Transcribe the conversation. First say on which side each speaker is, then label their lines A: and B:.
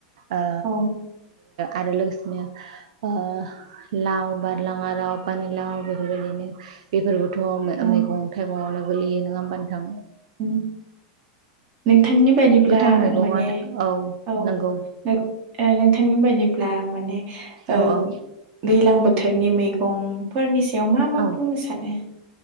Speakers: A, on the right; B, on the right.
A: ओ।
B: औ
A: आरो लोगोसेनो ओ लाव बारलाङा लाव पानिलााव बेफोरबायदिनो। बेफोरबोथ'
B: उम
A: मैगं थाइगंवनो गोगलैयो नङा होमबानोथां।
B: ओम। नोंथांनि बायदिब्ला
A: गोथां मैगङा
B: माने औ
A: नंगौ
B: नों नोंथांनि बायदि ब्ला माने दैलां
A: औ औ
B: बोथोरनि मैगंफोरनि सा याव मा मा
A: औ
B: बुंनो सानो।